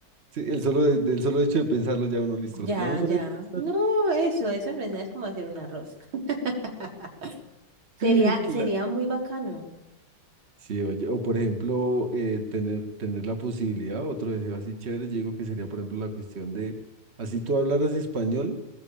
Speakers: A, on the right; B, on the right.
A: Sí, el solo, de- del solo hecho de pensarlo ya uno listo. Los
B: Ya,
A: planos son
B: ya.
A: estos.
B: No, eso, eso no es nada, es como hacer un arroz. <laughs> Sería,
A: <laughs> Cla-
B: sería muy bacano.
A: Sí, oye, o por ejemplo, eh, tener, tener la posibilidad, otro deseo así chévere, yo digo que sería, por ejemplo, la cuestión de, así tú hablaras español,